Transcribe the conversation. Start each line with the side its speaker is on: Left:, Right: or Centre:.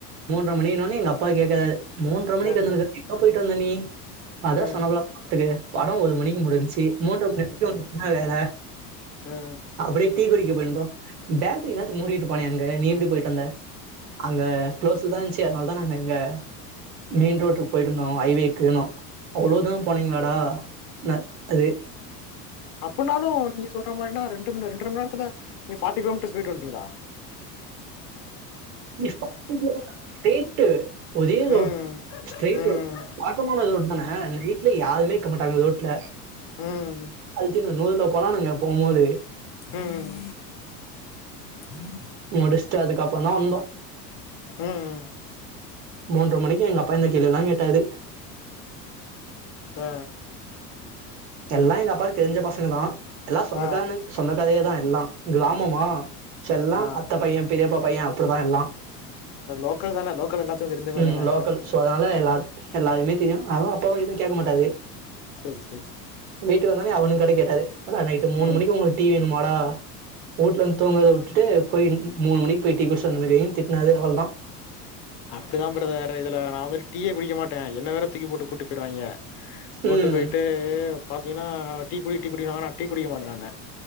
Right: ற மணினோன எங்க அப்பா கேக்குறாரு மூன்ற மணிக்கு
Left: அ
Right: வந்துருக்க <unintelligible> போய்டு வந்த நீ அத
Left: அ
Right: சொன்னாபுல பாத்துக்க படொ ஒரு மணிக்கு முடு ஞ்ச்சி மூன்ற மணி வரைக்கு உனக்கு இன்னா வேல
Left: அ
Right: அப்புடியே டீ குடிக்க போயிருந்தோ பேக்ரி இன்னேத்துக்கு மூடிட்டுப்பானே அங்க நீ எப்டி போயிட்டந்த அங்க குளோஸ்ல தா இந்ச்சு அதுனால தா நாங்க அங்க மெயின் ரோட்டுக் போயிட்டு வந்தோ ஐவேக்குனோ அவ்ளோ தூரொ போனீங்ளாடானாரு
Left: அப்பன்னாலு நீங்க சொல்ற மாரினா ரெண்டு ரெண்ர மண் நேரத்துல நீங்க ஃபாட்டி கிலோமீட்டர்ஸ் போயிட்டு வன்ட்டீங்களா
Right: <unintelligible> ரேட்டு ஒரே ரோடு
Left: ம்
Right: ஸ்ட்ரெயிட்டு
Left: ம்
Right: பாக்கமா ரோடுதான நை ட்ல யாருமே இருக்கமாட்டாங்க ரோட்ல
Left: ம்
Right: அல்தின்னு நூறுலப் போனானுங்க போபோது
Left: ம் ம்
Right: முடிச்ட்டு அதுக்க அப்புறோதா வந்தோ
Left: ம் ம்
Right: மூன்ற மணிக்கு எங்க அப்பா இந்த கேள்ளில்லா கேட்டாறு
Left: ஆ
Right: எல்லா எங்க அப்பாக்கு தெரிஞ்ச பசங்கதா எல்லா சொந்தக்காரனு
Left: ஆ
Right: சொந்த கதையேதா எல்லா கிராமமா செல்லா
Left: ஆ
Right: அத்த பைய பெரியப்பா பைய அப்புடிதா எல்லா
Left: ஆ லோக்கல் தான லோக்கல் எல்லாத்துக்கு தெரிஞ்சவங்க
Right: ம்
Left: தான
Right: லோக்கல் சோ அதனால எல்லா எல்லாரியுமே தெரியு அவ அப்பாவ கேக்க மாட்டாது
Left: சே சே
Right: வீட்டுக்கு வந்தனே அவனுகா கேட்டாரு ஆனா நைட்டு மூணு
Left: ம்
Right: மணிக்கு உங்களுக்கு டீ வேணும்மாடா வந்து தூங்கரதவுட்டு போய் மூணு மணிக்கு போய் டீ குடிச்சுட்டு வந்துருக்கிங்க தி ன்னாரு அவ்ளோதா
Left: அப்பிடிதா பிரதர் இதுல நா வந்து டீயே குடிக்கமாட்டே என்ன வேற தூக்கி போட்டு கூட்டி போயிருவாங்க கூட்டு
Right: ம்.
Left: போயிட்டு பாத்தீங்கன்னா டீ குடி டீ குடி டீ குடிக்கமாட்டே நானு